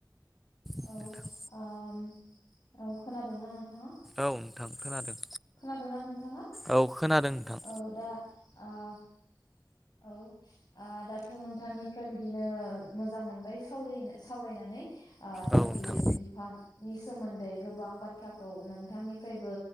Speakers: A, in the centre; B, on the left.
A: नोंथां
B: औ ओम औ खोनादोंना नोंथाङा?
A: औ नोंथां खोनादों
B: खोनादोंना नोंथाङा?
A: औ खोनादों नोंथां
B: औ दा आ औ ओ दाथ' नोंथांनिफ्राय बिदिनो मोजां मोनबाय सावरिनो सावरायनानै थालिर
A: औ नोंथां
B: बिफांनि सोमोन्दै गोबां बाथ्राखौ नोंथांनिफ्रायबो